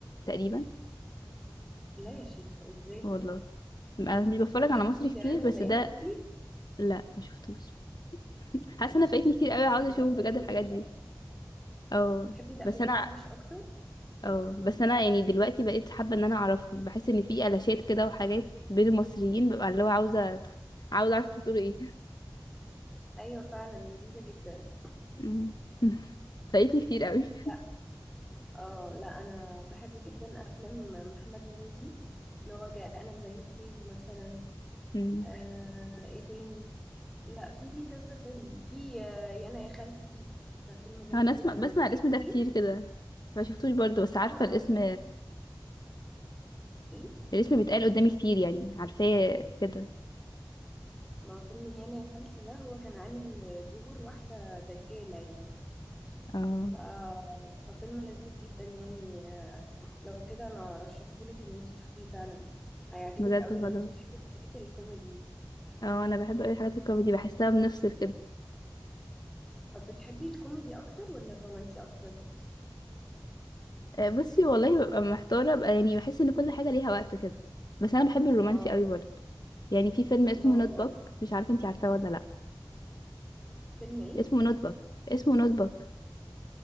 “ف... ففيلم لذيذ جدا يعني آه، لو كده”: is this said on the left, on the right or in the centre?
Centre